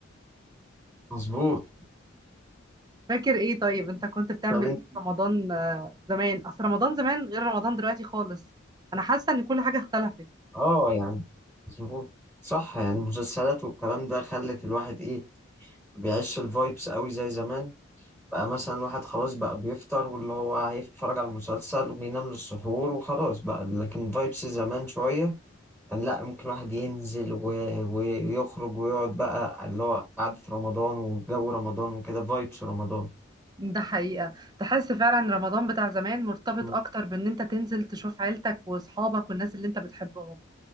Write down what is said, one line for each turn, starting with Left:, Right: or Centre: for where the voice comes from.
Centre: مظبوط
Right: فاكر ايه طيب انت كنت بتعمل
Centre: طب انت
Right: ايه في رمضان آه، زمان اصل رمضان زمان غير رمضان دلوقتي خالص انا حاسه ان كل حاجه اختلفت
Centre: اه يعني مظبوط صح يعني المسلسلات والكلام ده خلت الواحد ايه بيعيش الفايبس قوي زي زمان بقى مثلا الواحد خلاص بقى بيفطر واللي هو هيتفرج على المسلسل وبينام للسحور وخلاص بقى لكن فايبس زمان شوية كان لا ممكن الواحد ينزل و... و- ويخرج ويقعد بقى اللي هو قعدة رمضان وجو رمضان وكده فايبس رمضان
Right: ده حقيقه تحس فعلا رمضان بتاع زمان مرتبط
Centre: مم.
Right: اكتر بان انت تنزل تشوف عيلتك واصحابك والناس اللي انت بتحبهم